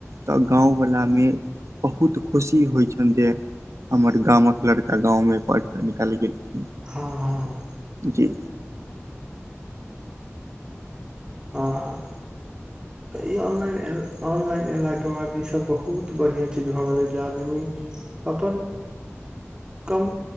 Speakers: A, on the right (about 85°); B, on the right (about 20°).
A: तऽ गाँंव वाला मे बहुत खुशी होइ छनि जे हमर गामक लड़का गाँवमे पढिके निकेल गेलखिन ---
B: हँ हँ
A: जी
B: अहँ तऽ ई ऑनलाइन ऑनलाइन एयलाके बाद ईसब बहुत बढ़िआँ चीज भऽ गेलै जे आदमी अपन कम